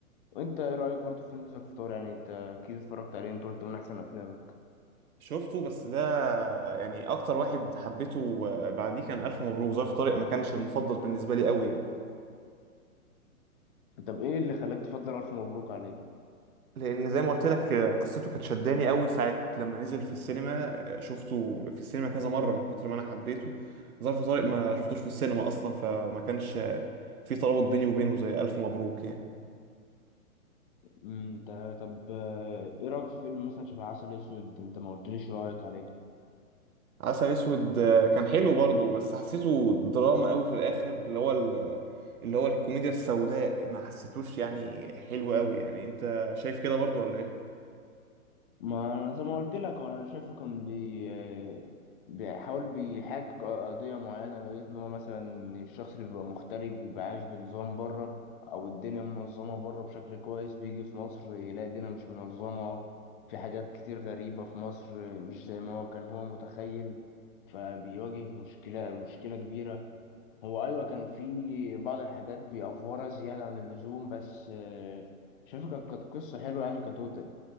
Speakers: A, on the left; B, on the right.
A: وانت ايه رايك برضو في فيلم ظرف طارق يعني انت اكيد اتفرجت عليه انت قلت من احسن افلامك
B: شفته بس ده يعني اكتر واحد حبيته بعديه كان الف مبروك ظرف طارق ما كانش المفضل بالنسبه لي قوي يعني
A: طب ايه اللي خلاك تفضل الف مبروك عليه
B: لان زي ما قلت لك قصته كانت شداني قوي ساعه لما نزل في السينما شفته في السينما كذا مره من كتر ما انا حبيته ظرف طارق ما شفتوش في السينما اصلا فما كانش في ترابط بيني وبينه زي الف مبروك يعني
A: أمم، انت طب آه، ايه رايك في فيلم مثلا شبه عسل اسود انت ما قلتليش رايك عليه
B: عسل اسود كان حلو برضه بس حسيته دراما قوي في الاخر اللي هو ال- اللي هو الكوميديا السوداء ما حسيتوش يعني حلو قوي يعني انت شايف كده برضه ولا ايه
A: ما انا زي ما قلت لك انا شايفه كان بي آه، بيحاول بيحاكي قضيه معينه لو لقيت ان هو مثلا الشخص اللي بيبقى مغترب بيبقى عايش بنظام بره او الدنيا منظمه بره بشكل كويس بيجي في مصر يلاقي الدنيا مش منظمه في حاجات كتير غريبه في مصر مش زي ما هو كان هو متخيل فبيواجه مشكله مشكله كبيره هو ايوه كان في بعض الحاجات بيأفورها زياده عن اللزوم بس آه، شايفه كانت كانت قصه حلوه يعني كتوتال